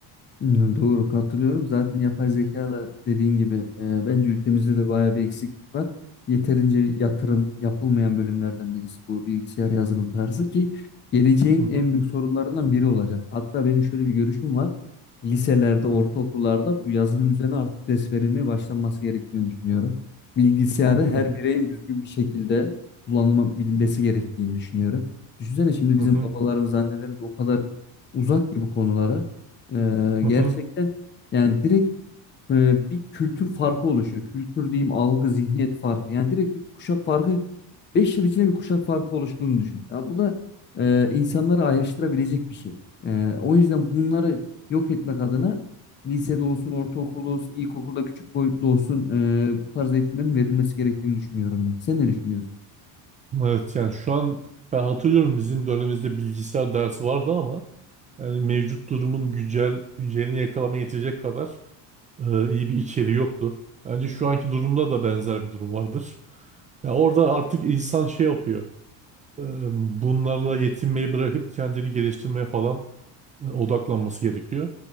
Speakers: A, on the left (about 25°); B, on the right (about 20°).
A: Hmm, Doğru katılıyorum. Zaten yapay zeka da dediğin gibi e, bence ülkemizde de bayağı bir eksiklik var. Yeterince yatırım yapılmayan bölümlerden birisi bu bilgisayar yazılım tarzı ki geleceğin
B: Hı hı
A: en büyük sorunlarından biri olacak. Hatta benim şöyle bir görüşüm var. Liselerde, ortaokullarda
B: hı
A: bu yazılım üzerine artık ders verilmeye başlanması gerektiğini düşünüyorum. Bilgisayarı
B: hı
A: her bireyin düzgün bir şekilde kullanılabilmesi gerektiğini düşünüyorum. Düşünsene şimdi
B: hı
A: bizim
B: hı
A: babalarımız, annelerimiz o kadar uzak ki bu konulara. Ee,
B: hı
A: gerçekten
B: hı.
A: yani direkt e, bir kültür farkı oluşuyor. Kültür diyeyim algı, zihniyet farkı. Yani direkt bir kuşak farkı 5 yıl içinde bir kuşak farkı oluştuğunu düşün. Ya bu da e, insanları ayrıştırabilecek bir şey. E, o yüzden bunları yok etmek adına lisede olsun, ortaokulda olsun, ilkokulda küçük boyutlu olsun e, bu tarz eğitimlerin verilmesi gerektiğini düşünüyorum ben. Sen ne düşünüyorsun?
B: Evet yani şu an ben hatırlıyorum bizim dönemimizde bilgisayar dersi vardı ama yani mevcut durumun güncel güncelini yakalama yetecek kadar e, iyi bir içeriği yoktu. Bence şu anki durumda da benzer bir durum vardır. Ya orada artık insan şey yapıyor. e, bunlarla yetinmeyi bırakıp kendini geliştirmeye falan e, odaklanması gerekiyor.